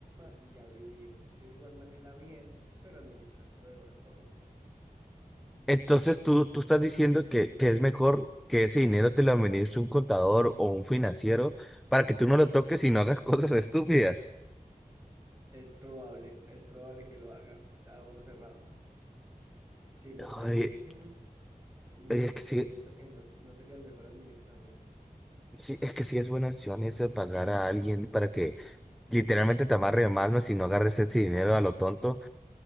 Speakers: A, on the right; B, in the centre.
A: y a vivir de igual manera bien, pero administrándolo de buena forma?
B: Entonces tú, tú estás diciendo que, que es mejor que ese dinero te lo administre un contador o un financiero para que tú no lo toques y no hagas <laughs> cosas estúpidas.
A: Es probable, es probable que lo haga a ojo cerrado. Sí, porque
B: Ay,
A: mm,
B: ay,
A: no
B: es
A: sé,
B: que sí,
A: siento que no, no sería el mejor administrándolo.
B: sí, es que sí es buena opción ese pagar a alguien para que Literalmente te amarre de manos y no agarres ese dinero a lo tonto.